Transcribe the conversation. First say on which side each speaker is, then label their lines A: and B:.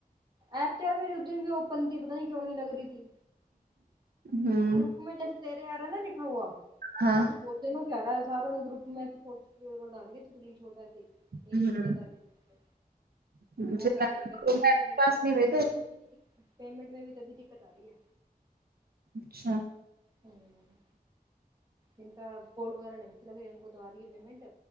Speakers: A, on the right; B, on the right.
A: ایپ چاٹ میرے اس دن بھی اوپن تھی پتا نہیں کیوں نہیں لگ رہی تھی
B: ہ
A: گروپ میں جیسے ترے آ رہا ہیں نا لکھا ہوا
B: ہاں
A: ایسے بہت تنوں کیا رہا ہے ساروں نے گروپ میں فوٹو وه ڈالی ہے سکری شوٹ ایسے یہ
B: ہوں
A: دقت آ رہی ہے
B: کے
A: وہ کہ رہی ہے کہ تھی
B: پاس نہیں بھیجے
A: دیدی پیمنٹ میں بھی تبھی دقت آ رہی ہے
B: اچھا
A: ہوں ان کا کوڈ وغیرہ ڈنسی لگ لیں انکو تو آ رہی ہے پیمنٹ